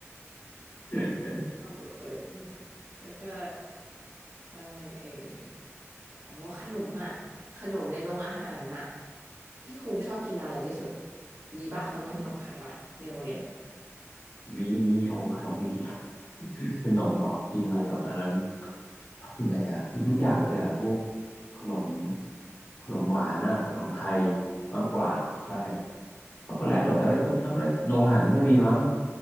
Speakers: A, on the left; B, on the right.
A: <laughs>
B: ปั่มเปิดเปิดมากแล้วก็อะไรเอ่ยอ๋อขนมอ่ะขนมในโรงอาหารน่ะพี่คุงชอบกินอะไรที่สุดมีปะเขามีขนมขายปะในโรงเรียน
A: มีมีโอ้ขนมมีสิ <laughs> ขนมเหรอกินอะไรเหรอตอนนั้นชอบกินอะไรอ่ะกินทุกอย่างเลยอ่ะพวกขนมขนมหวานอ่ะขนมไทยมากกว่าใช่ช็อกโกแลตเหรอช็อกโกแลตก็ช็อกโกแลตโรงอาหารไม่ค่อยมีมั้ง